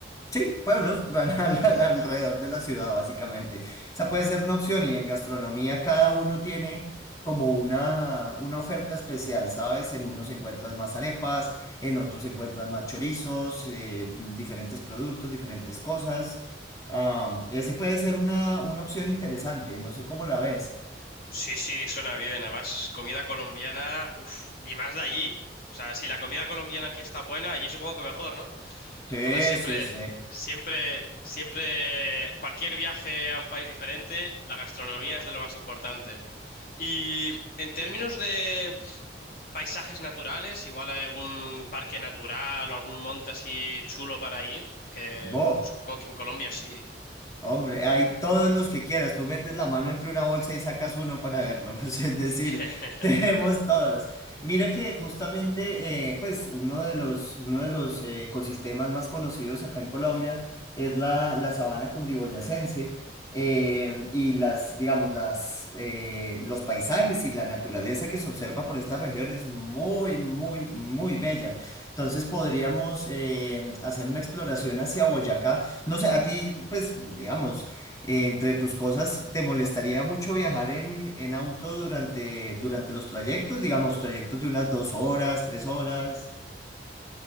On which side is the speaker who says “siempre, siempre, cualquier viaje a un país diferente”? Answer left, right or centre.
Left